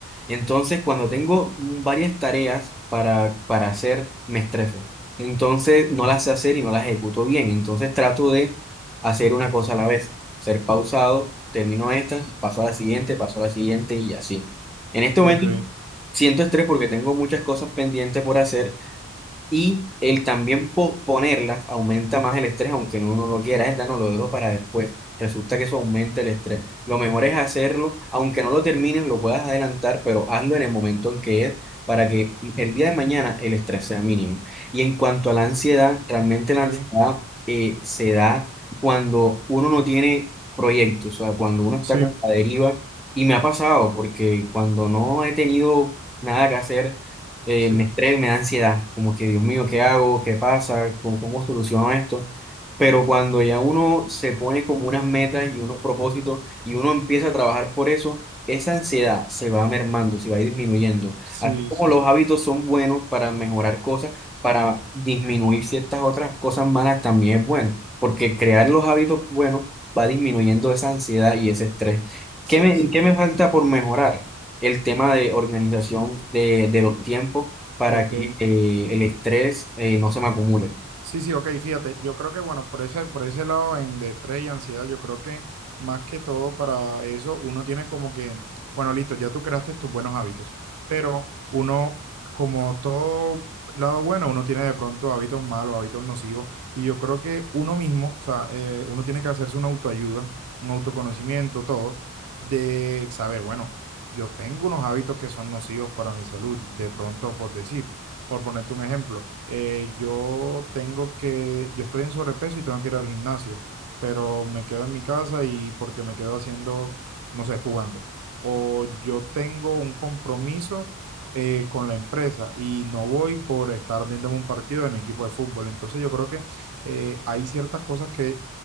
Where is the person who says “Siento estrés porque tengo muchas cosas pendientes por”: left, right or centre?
Centre